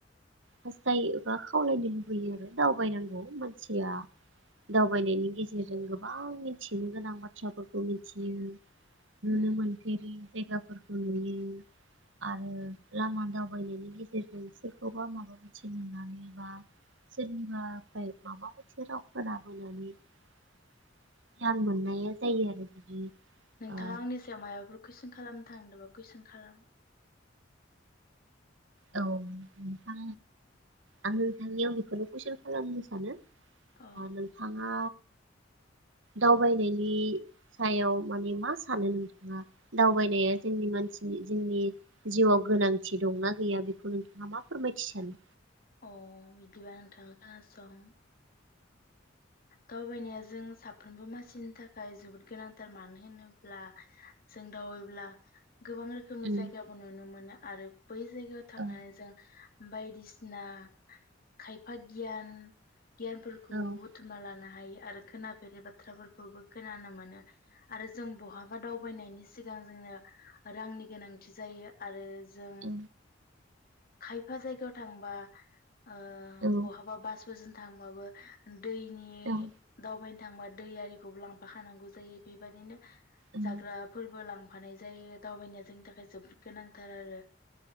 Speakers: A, on the right; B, on the left.
A: हास्थायो बा खावलायनो लुबै लुबैयो आरो दावबायनांगौ मानसिया दावबायनायनि गेजेरजों गोबां मिथिनो गोनां बाथ्राफोरखौ मिथियो। नुनो
B: उम
A: मोनफेरि जायगा फोरखौ नुयो आरो लामा दावबायनायनि गेजेरजों सोरखौबा माबा मिथिनानै बा सोरनिबाफ्राय माबा मोनसे राव खोनाबोनानै गियान मोननाया जायो आरो बिदि
B: नोंथाङा
A: ओ
B: आंनि सायाव माइबाफोर कुइसन खालाम थांदोबा कुइसन खालाम
A: औ नोंथां आं नोंथांनियाव बेखौनो कुइसन खालामनो सानो
B: अ
A: आ नोंथाङा दावबायनायनि सायाव माने मा सानो नोंथाङा दावबायनाया जोंनि मानसिनि जोंनि जिउआव गोनांथि दंना गैया बेखौ नोंथाङा मा फोरमायथि सानो?
B: अ बिदिबा नोंथाङा खोनासं। दावबायनाया जों साफ्रोमबो मानसिनि थाखाय जोबोद गोनांथार मानो होनोब्ला जों दावबायला गोबां रोखोमनि
A: उम
B: जायगाबो नुनो मोनो आरो बै जायगायाव थांनानै
A: औ
B: जों बायदिसिना खायफा गियान गियान खौबो
A: औ
B: बुथुमना लाना हायो आरो खोनाफेरै बाथ्राफोरखौबो खोनानो मोन नो आरो जों बहा दावबायनायनि सिगां जोंनो रांनि गोनांथि जायो आरो जों
A: औ
B: खायफा जायगायाव थांबा ओ
A: औ
B: बहाबा बास बोजोन थांबाबो दैनि
A: औ
B: दावबाय थांबा दै आरिखौबो लांफाखानांगौ जायो बेबायदिनो
A: औ
B: जाग्राफोरबो लांफानाय जायो दावबायनाया जोंनि थाखाय जोबोद गोनांथार आरो।